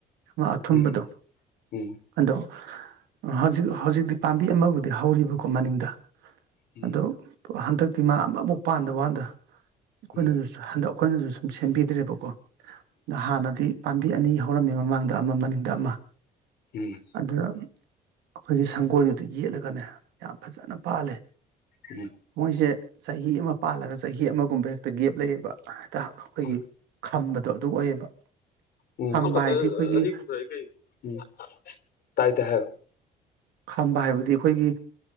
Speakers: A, on the right (about 80°); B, on the left (about 65°).
A: ꯑꯃ ꯑꯊꯨꯝꯕꯗꯣ
B: ꯎꯝ ꯎꯝ
A: ꯑꯗꯣ ꯍꯧꯖꯤꯛ ꯍꯧꯖꯤꯛꯇꯤ ꯄꯥꯝꯕꯤ ꯑꯃꯕꯨꯗꯤ ꯍꯧꯔꯤꯕꯀꯣ ꯃꯅꯤꯡꯗ
B: ꯎꯝ
A: ꯑꯗꯣ ꯍꯟꯗꯛꯇꯤ ꯃꯥ ꯑꯃꯨꯛ ꯄꯥꯟꯗꯕ ꯋꯥꯗ ꯑꯩꯈꯣꯏꯅꯁꯨ
B: ꯎꯝ
A: ꯍꯟꯗꯛ ꯑꯩꯈꯣꯏꯅꯁꯨ ꯁꯨꯝ ꯁꯦꯝꯕꯤꯗ꯭ꯔꯦꯕꯀꯣ ꯍꯥꯟꯅꯗꯤ ꯄꯥꯝꯕꯤ ꯑꯅꯤ ꯍꯧꯔꯝꯃꯤ ꯃꯃꯥꯡꯗ ꯑꯃ ꯃꯅꯤꯡꯗ ꯑꯃ
B: ꯎꯝ
A: ꯑꯗꯨ ꯑꯩꯈꯣꯏꯒꯤ ꯁꯪꯒꯣꯏꯗꯨꯗ ꯌꯦꯠꯂꯒꯅꯦ ꯌꯥꯝ ꯐꯖꯅ ꯄꯥꯜꯂꯤ
B: ꯎꯝ
A: ꯃꯣꯏꯁꯦ ꯆꯍꯤ ꯑꯃ ꯄꯥꯜꯂꯒ ꯆꯍꯤ ꯑꯃꯒꯨꯝꯕ ꯍꯦꯛꯇ ꯒꯦꯞ ꯂꯩꯌꯦꯕ ꯍꯛꯇ ꯑꯩꯈꯣꯏꯒꯤ
B: ꯎꯝ ꯎꯝ
A: ꯊꯝꯕꯗꯣ ꯑꯗꯨ ꯑꯣꯏꯌꯦꯕ
B: ꯎꯝ
A: ꯈꯝꯕ
B: ꯑꯪꯀ ꯑꯊ
A: ꯍꯥꯏꯗꯤ ꯑꯩꯈꯣꯏꯒꯤ
B: ꯀꯩ ꯎ ꯇꯥꯏ ꯇ ꯍꯥꯏꯣ
A: ꯈꯝꯕ ꯍꯥꯏꯕꯗꯤ ꯑꯩꯈꯣꯏꯒꯤ